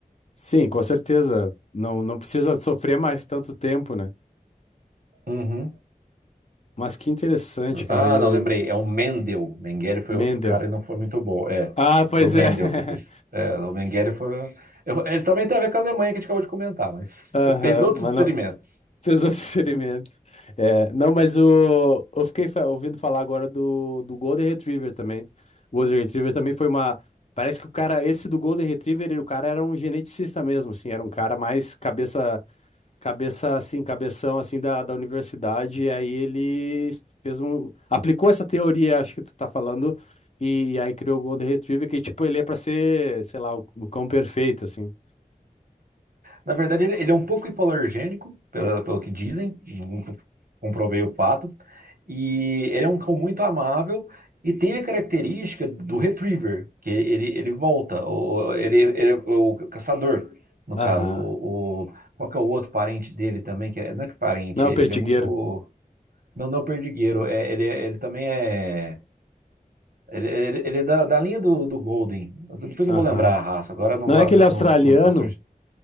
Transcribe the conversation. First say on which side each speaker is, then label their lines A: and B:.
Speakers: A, on the left (about 50°); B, on the right (about 80°).
A: Sim, com certeza. Não, não precisa sofrer mais tanto tempo, né?
B: Uhum.
A: Mas que interessante, cara.
B: Ah,
A: E...
B: não, lembrei. É o Mendel. Mengele foi
A: Mendel.
B: outro cara e não foi muito bom. É,
A: Ah, pois
B: foi o Mendel
A: é. <laughs>
B: que fez. É, o Mengele foi. eu- Ele também tem a ver com a Alemanha que a gente acabou de comentar, mas
A: Aham,
B: fez outros
A: mano.
B: experimentos.
A: fez Seus <laughs> assessoramentos. É, não, mas o, eu fiquei fa- ouvindo falar agora do, do Golden Retriever também. O Golden Retriever também foi uma. Parece que o cara, esse do Golden Retriever, ele- o cara era um geneticista mesmo, assim, era um cara mais cabeça Cabeça assim, cabeção assim da, da universidade, e aí ele est- fez um, aplicou essa teoria, acho que tu tá falando, e, e aí criou o Golden Retriever, que tipo, ele é pra ser, sei lá, o, o cão perfeito, assim.
B: Na verdade, ele, ele é um pouco hipoalergênico, pelo, pelo que dizem, nunca comprovei o fato. E ele é um cão muito amável e tem a característica do retriever, que ele, ele volta, o, ele, ele é o caçador, no
A: Aham.
B: caso. O, o- qual que é o outro parente dele também? Que é- não é que parente,
A: Não é
B: ele
A: o perdigueiro.
B: é muito. Não, não é o perdigueiro, é, ele, ele também é. Ele, ele- ele é da, da linha do, do Golden. Depois eu
A: Aham.
B: vou lembrar a raça, agora não,
A: Não
B: vai-
A: é aquele
B: não,
A: australiano?
B: não, não tá surgindo.